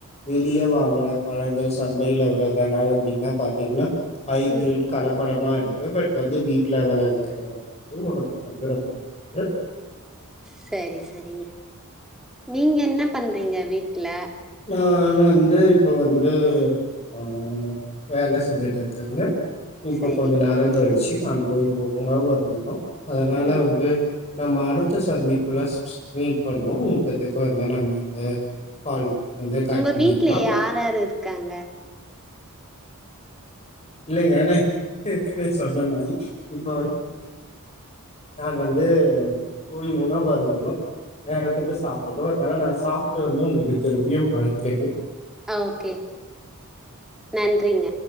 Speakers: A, on the left; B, in the centre.
A: வெளிய வாங்குற பழங்கள் சந்தைல வறதெல்லா வந்தீங்கன்னா பாத்தீங்கன்னா ஹைபிரிட்
B: ம்.
A: கலப்படமா இரு க்கு பட் வந்து வீட்ல வெளைவிக்கறது வந்து ஒடம்புக்கு வந்து ரொம்ப <unintelligible>
B: செரி செரிங் நீங்க என்ன பண்றீங்க வீட்ல
A: நா நா வந்து இப்போ வந்து ஆஹ் வேல செஞ்சுட்ருக்கங்க இப்ப
B: சரி.
A: கொஞ்ச நேரங்கழிச்சு நான் போய் <unintelligible> அதனால
B: ம்.
A: வந்து நம்ம அடுத்த சந்திப்புல மீட் பண்ணுவோ இப்பத்துக்கு வந்து நம்ம வந்து கால் வந்து கட்
B: உங்க
A: பண்ணிக்கலாம்
B: வீட்ல யார் யாரு இருக்காங்க
A: இல்லங்க நா பேச்சொடனே மாரி இப்போ. நா வந்து போயி உணவு அருந்தனும். நேரத்துக்கு சாப்பணும் அதனால நா சாப்புட்டு வந்து உடங்களுக்கு திருப்பியும் அழைக்குறன்.
B: ஓகே நன்றிங்க.